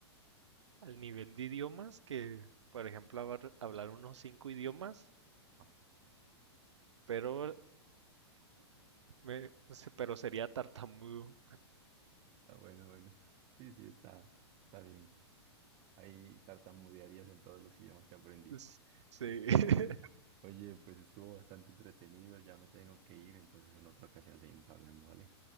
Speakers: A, on the right (about 85°); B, on the right (about 40°).
A: al nivel de idiomas que, por ejemplo, hablar, hablar unos cinco idiomas,
B: Ah,
A: pero, me, se- pero sería tartamudo.
B: ah, bueno, bueno, sí, sí, está, está bien. Ahí tartamudearías en todos los idiomas que aprendiste.
A: Es- Sí,
B: <laughs>
A: <laughs>
B: Oye, pues estuvo bastante entretenido, ya me tengo que ir, entonces en otra ocasión seguimos hablando, ¿vale?